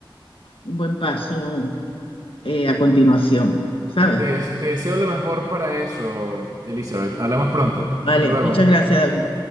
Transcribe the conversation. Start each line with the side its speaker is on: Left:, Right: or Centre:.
Left: un buen paso eh, a continuación, ¿sabes?
Right: te te deseo lo mejor para eso, Elizabeth. Hablamos pronto.
Left: Vale,
Right: Hasta luego.
Left: muchas gracias, David.